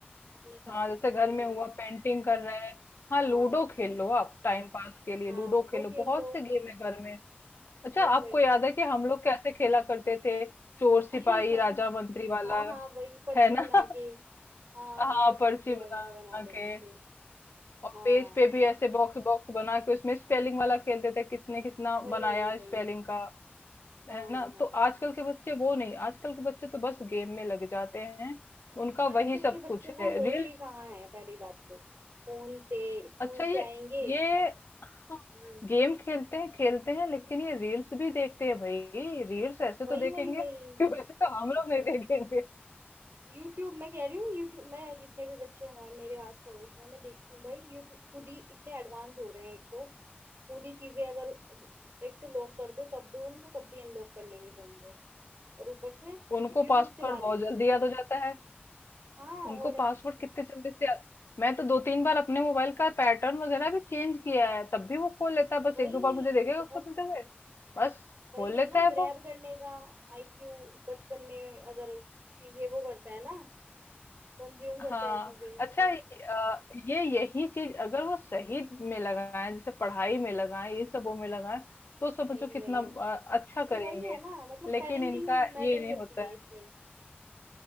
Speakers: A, on the right; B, on the left.
A: अपने साथ
B: हाँ जैसे घर
A: थोड़े
B: में
A: थोड़े
B: हुआ पेंटिंग कर रहे हैं हाँ लूडो
A: हाँ
B: खेल लो आप टाइम पास के लिए
A: हाँ
B: लूडो
A: वो
B: खेलो
A: खेल
B: बहुत
A: लो
B: से गेम है घर में अच्छा
A: वही
B: आपको
A: वही
B: याद है कि हम लोग कैसे खेला करते थे चोर
A: <laughs>
B: सिपाही
A: अरे हम
B: राजा मंत्री वाला
A: हाँ हाँ वही पर्ची
B: है
A: बना
B: ना <laughs>
A: के हाँ
B: हाँ
A: हम तो
B: पर्ची
A: पर्चियाँ
B: बना
A: वगैरह बना लेते
B: के
A: थे
B: और
A: हाँ
B: पेज पे भी ऐसे बॉक्स बॉक्स बना के उसमें स्पेलिंग वाला खेलते थे किसने किसना
A: वही
B: बनाया
A: वही वही
B: स्पेलिंग का
A: हाँ
B: है
A: हाँ
B: ना
A: हाँ
B: तो आजकल के बच्चे वो नहीं आजकल के बच्चे तो बस गेम में लग जाते हैं उनका
A: आजकल
B: वही सब
A: के बच्चों
B: कुछ
A: को
B: है
A: होश
B: रील्स
A: ही कहाँ है पहली बात तो फोन से स्कूल
B: अच्छा ये
A: से आएंगे
B: ये हाँ,
A: हम्म
B: गेम खेलते हैं खेलते हैं लेकिन ये रील्स भी देखते हैं भाई रील्स ऐसे
A: वही
B: तो देखेंगे
A: वही वही
B: कि वैसे तो हम लोग नहीं देखेंगे
A: यूट्यूब मैं कह रही हूँ यूट्यूब मैं जितने भी बच्चे हमारे मेरे आस पड़ोस में मैं देखती हूँ भाई यूट्यूब खुद ही इतने एडवांस हो रहे हैं एक तो खुद ही चीजें अगर एक तो लॉक कर दो तब दो उनको तब भी अनलॉक कर लेंगे फोन को और ऊपर से
B: उनको
A: यूट्यूब
B: पासवर्ड
A: चला लेंगे
B: बहुत जल्दी
A: खुद ही
B: याद हो जाता है
A: हाँ
B: उनको
A: और
B: पासवर्ड कितने जल्दी से याद मैं तो दो तीन बार अपने मोबाइल का पैटर्न वगैरह भी चेंज किया है तब भी वो खोल लेता है बस
A: वही
B: एक दो बार मुझे देखेगा
A: बहुत
B: खोलते हुए बस
A: वही
B: खोल
A: है
B: लेता
A: ना
B: है
A: ग्रैब
B: वो
A: करने का आईक्यू बचपन में अगर चीजें वो करता है ना कंज्यूम करता
B: हाँ
A: है चीजें
B: अच्छा अ, ये यही चीज अगर वो सही में लगाएं जैसे पढ़ाई में लगाएं इन सबों में लगाएं तो समझो
A: वही
B: कितना
A: वही
B: अ, अच्छा
A: तो
B: करेंगे
A: वही है ना मतलब
B: लेकिन
A: पेरेंटिंग
B: इनका
A: मैटर
B: ये नहीं
A: करती
B: होता
A: है
B: है
A: इसमें